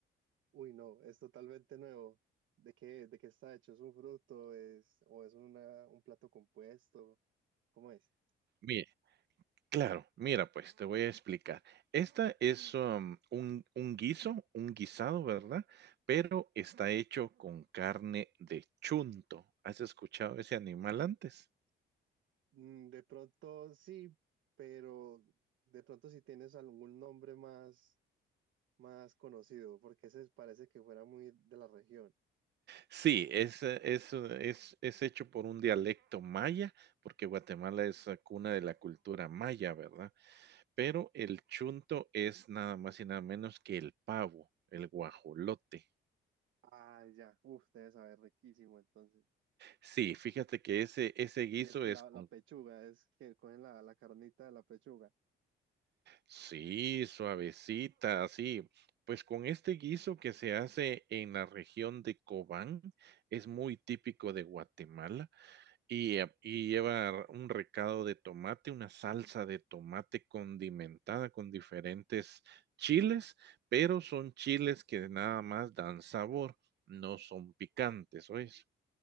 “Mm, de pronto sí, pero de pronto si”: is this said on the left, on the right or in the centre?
Right